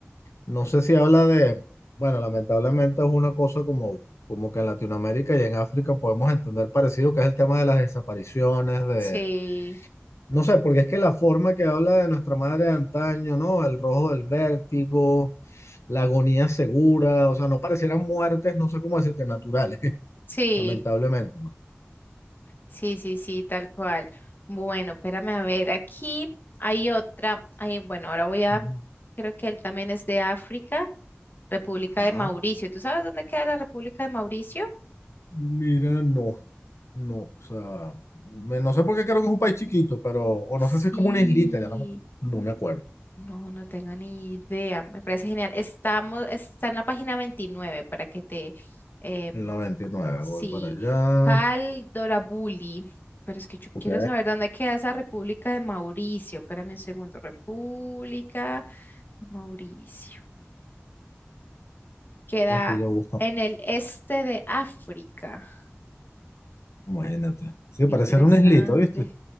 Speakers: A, on the left (about 80°); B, on the left (about 50°).
A: no sé si habla de, bueno, lamentablemente es una cosa como, como que en Latinoamérica y en África podemos entender parecido, que es el tema de las desapariciones, de
B: Sí,
A: No sé, porque es que la forma que habla de nuestra madre de antaño, ¿no? El rojo del vértigo, la agonía segura, o sea, no parecieran muertes, no sé cómo decirte, naturales, <laughs>
B: sí,
A: lamentablemente. ¿no?
B: sí, sí, sí, tal cual. Bueno, espérame a ver, aquí hay otra, hay, bueno, ahora voy a,
A: Ujú.
B: creo que él también es de África, República
A: Ajá.
B: de Mauricio. ¿Tú sabes dónde queda la República de Mauricio?
A: Mira, no, no, o sea, me- no sé por qué creo que es un país chiquito, pero, o
B: Sí.
A: no sé si es como una islita, ya no, no me acuerdo.
B: No, no tengo ni idea. Me parece genial. Estamos, está en la página 29 para que te... em,
A: En la veintinueve
B: sí,
A: voy para allá.
B: Cal Dorabuli. Pero es que yo
A: Ok.
B: quiero saber dónde queda esa República de Mauricio. Espérame un segundo. República de Mauricio. Queda
A: Lo estoy ya buscando,
B: en el este de África.
A: imagínate. Sí,
B: Qué
A: parece
B: interesante.
A: ser una islita, ¿viste?